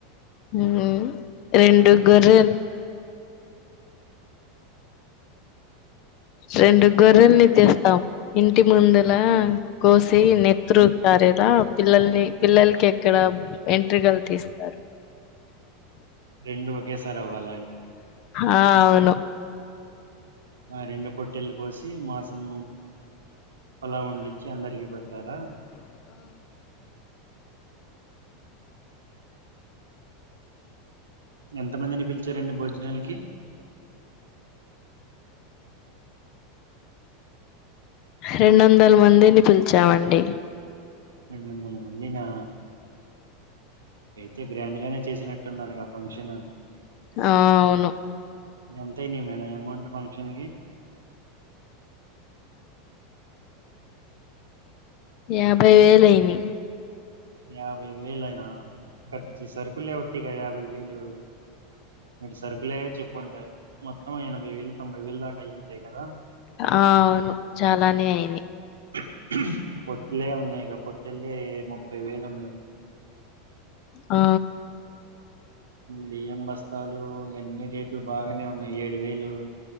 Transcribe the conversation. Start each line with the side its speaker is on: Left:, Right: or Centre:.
Left: ఊ రెండు గొర్రెల్ రెండు గొర్రెల్ని తేస్తాం ఇంటి ముందులా కోసి నేత్రు కారేద పిల్లల్ని పిల్లలకి ఎక్కడ ఎంట్రుకలు తీస్తారు
Right: రెండు ఒకేసారి అవ్వాల
Left: ఆ అవును.
Right: ఆ రెండు పొట్టెల్లు కోసి మాంసం పలావ్వండిచ్చి అందరికి పెడతారా ఎంతమందిని పిలిచారండి భోజనాలకి
Left: రెండు వందల మందిని పిలిచామండి.
Right: రెండు వందల మంద్ మంది నా అయితే గ్రాండ్ గానే చేసినట్టున్నారులుగా ఫంక్షన్
Left: ఆ అవును
Right: అ మే అమౌంట్ షం
Left: యాభై వేల అయిని
Right: యాభై వేలు అయినా ఖర్చ సరుకులే వతి క యాభై వేలు మీ సరి ప్పులేవో చెప్పుంటారు మొత్తం ఎనభై వేలు తొంభై వేలు దాకా అయి ఉంటాయి కదా
Left: ఆ అవును చాలానే అయి
Right: <inaudible> ఇలే ఉన్నాయి కాబొట్టెళ్ళి ముప్పై వేలు ఉన్నాయి
Left: ఆ
Right: బియ్యం బస్తాలు ఎన్ని రేట్లు బాగానే ఉన్నాయి ఏడు వేలు